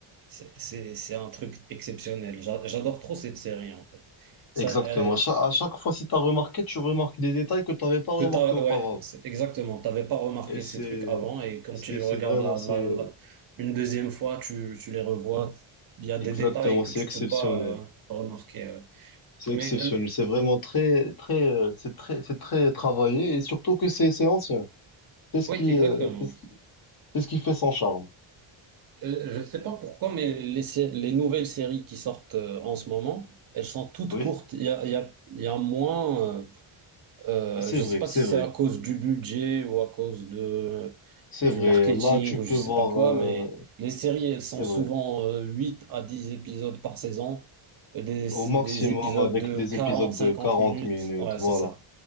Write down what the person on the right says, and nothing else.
c'est c'est- c'est un truc exceptionnel. J'a- J'adore trop cette série, en fait. Ça,
euh,
que t'as,
ouais, c'est- exactement. T'avais pas remarqué
ces trucs avant et quand
tu les
regardes
la,
la- la- une deuxième fois, tu, tu les revois. Il y a
des détails que
tu
peux pas euh, remarquer. ouais.
Mais euh,
oui,
exactement.
Euh, je ne sais pas pourquoi, mais les, sé- les nouvelles séries qui sortent euh, en ce moment, elles sont toutes
courtes. Il y a, il y a, il y a moins, euh, euh,
je ne
sais pas
si c'est
à cause du budget ou à cause de,
du
marketing
ou
je ne sais
pas quoi,
mais les séries, elles sont
souvent
euh, 8 à 10 épisodes par saison, euh, des,
des épisodes
de
quarante,
cinquante
minutes.
Ouais,
c'est ça.